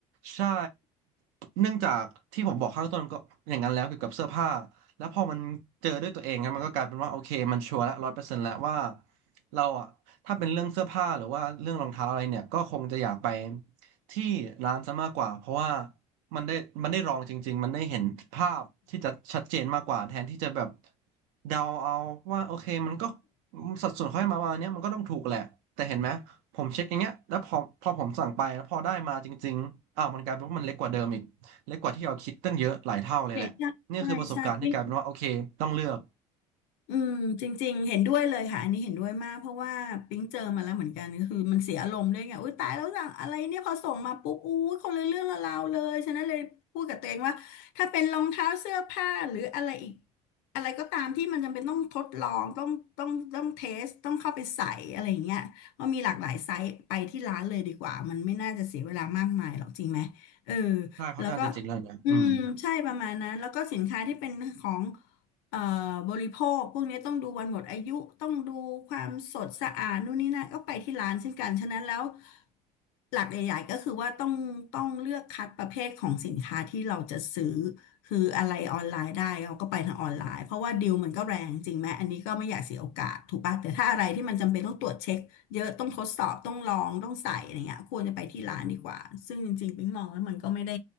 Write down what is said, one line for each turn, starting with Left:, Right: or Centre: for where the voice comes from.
Right: ใช่ เนื่องจากที่ผมบอกข้างต้นก็อย่างนั้นแล้วเกี่ยวกับเสื้อผ้า แล้วพอมันเจอด้วยตัวเองครับมันก็กลายเป็นว่าโอเคมันชัวร์ละร้อยเปอร์เซ็นต์แล้วว่าเราอะถ้าเป็นเรื่องเสื้อผ้าหรือว่าเรื่องรองเท้าอะไรเนี่ยก็คงจะอยากไปที่ร้านซะมากกว่าเพราะว่ามันได้มันได้ลองจริงๆมันได้เห็นภาพที่จะชัดเจนมากกว่าแทนที่จะแบบเดาเอาว่าโอเคมันก็สัดส่วนเขาให้มาประมาณเนี้ยมันก็ต้องถูกแหละแต่เห็นไหมผมเช็คอย่างเงี้ยแล้วพอพอผมสั่งไปแล้วพอได้มาจริงๆอ้าวมันกลายเป็นว่ามันเล็กกว่าเดิมอีกเล็กกว่าที่เราคิดตั้งเยอะหลายเท่าเลยแหละ
Left: ใช่ใช่ใช่ใช่ใช่
Right: นี่คือประสบการณ์ที่กลายเป็นว่าโอเคต้องเลือก
Left: อืมจริงๆเห็นด้วยเลยค่ะอันนี้เห็นด้วยมากเพราะว่าปิ๊งเจอมาแล้วเหมือนกันก็คือมันเสียอารมณ์ด้วยไงอุ้ยตายแล้วสั่งอะไรเนี่ยพอส่งมาปุ๊บอุ้ยคนละเรื่องละราวเลยฉะนั้นเลยพูดกับตัวเองว่าถ้าเป็นรองเท้าเสื้อผ้าหรืออะไรอีกอะไรก็ตามที่มันจำเป็นต้องทดลองต้องต้องต้องเทสต้องเข้าไปใส่อะไรอย่างเงี้ยเพรมีหลากหลายไซส์ไปที่ร้านเลยดีกว่ามันไม่น่าจะเสียเวลามากมายหรอกจริงไหมเออ
Right: ใช่ค่อนข้างจะเจ๋งแล้วนะอืม
Left: แล้วก็อืมใช่ประมาณนั้นแล้วก็สินค้าที่เป็นของ เอ่อบริโภคพวกนี้ต้องดูวันหมดอายุต้องดูความสดสะอาดนู่นนี่นั่นก็ไปที่ร้านเช่นกันฉะนั้นแล้วหลักใหญ่ๆก็คือว่าต้องต้องเลือกคัดประเภทของสินค้าที่เราจะซื้อคืออะไรออนไลน์ได้เราก็ไปทางออนไลน์เพราะว่าดีลมันก็แรงจริงไหมอันนี้ก็ไม่อยากเสียโอกาสถูกป่ะแต่ถ้าอะไรที่มันจำเป็นต้องตรวจเช็คเยอะต้องทดสอบต้องลองต้องใส่อะไรเงี้ยควรจะไปที่ร้านดีกว่าซึ่งจริงๆปิ๊งมองแล้วมันก็ไม่ได้